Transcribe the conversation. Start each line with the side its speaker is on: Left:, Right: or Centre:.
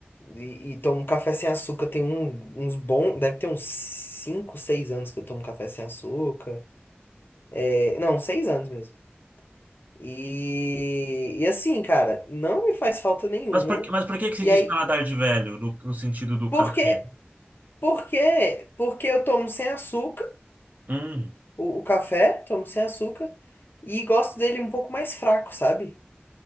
Left: e, e tomo um café sem açúcar. Tem um- uns bons, deve ter uns 5, 6 anos que eu tomo café sem açúcar. É, não, 6 anos mesmo. E, e assim, cara, não me faz falta nenhuma.
Right: Mas por, que- mas por que que se
Left: E
Right: diz
Left: aí,
Right: paladar de velho, no, no sentido do
Left: por
Right: café?
Left: quê? Por quê? Porque eu tomo sem açúcar,
Right: Hum,
Left: o o café, tomo sem açúcar, e gosto dele um pouco mais fraco, sabe?